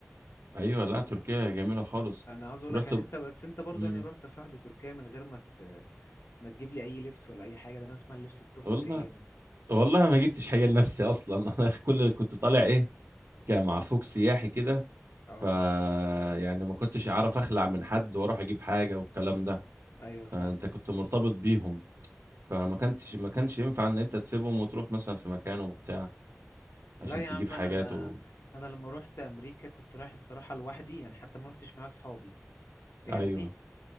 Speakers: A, on the right; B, on the left.
A: أيوة لا تركيا جميلة خالص
B: انا عاوز اقول
A: ورحت
B: لك يعني انت بس انت برضو
A: مم.
B: يعني رحت يا صاحبي تركيا من غير ما ت... ما تجيب لي اي لبس ولا اي حاجة ده انا اسمع اللبس التركي
A: والله
B: ده جامد
A: والله ما جبتش حاجه لنفسي اصلا <laughs> انا كل اللي كنت طالع ايه كان مع فوق سياحي كده
B: اه
A: ف يعني ما كنتش اعرف اخلع من حد واروح اجيب حاجه والكلام ده
B: ايوه فاهمك
A: فانت كنت مرتبط بيهم فما كنتش ما كانش ينفع ان انت تسيبهم وتروح مثلا في مكان وبتاع عشان
B: لا يا
A: تجيب
B: عم
A: حاجات
B: انا
A: و...
B: انا لما روحت امريكا كنت رايح الصراحة لوحدي يعني حتى ما روحتش مع اصحابي فاهمني
A: ايوه